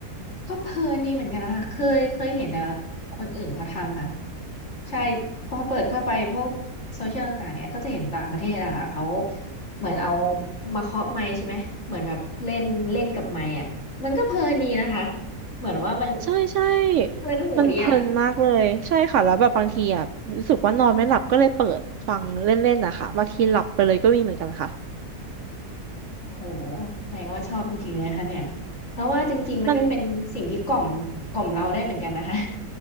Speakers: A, on the left (about 45°); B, on the right (about 70°).
A: ก็เพลินดีเหมือนกันนะคะเคยเคยเห็นแต่คนอื่นเขาทำค่ะใช่พอเปิดเข้าไปพวกโซเชียลต่างๆเนี่ยก็จะเห็นต่างประเทศอะค่ะเขาเหมือนเอามาเคาะไมค์ใช่ไหมเหมือนแบบเล่นเล่นกับไมค์อะมันก็เพลินดีนะคะเหมือนว่ามัน
B: ใช่ใช่
A: เพลินหูดีอะ
B: มันเพลินมากเลยใช่ค่ะแล้วแบบบางทีอ่ะรู้สึกว่านอนไม่หลับก็เลยเปิดฟังเล่นๆนะคะบางทีหลับไปเลยก็มีเหมือนกันค่ะ
A: โอ้โหแสดงว่าชอบจริงๆเลยค่ะเนี่ยแล้วว่าจริงๆมันก็เป็นสิ่งที่กล่อมกล่อมเราได้เหมือนกันนะคะ
B: มัน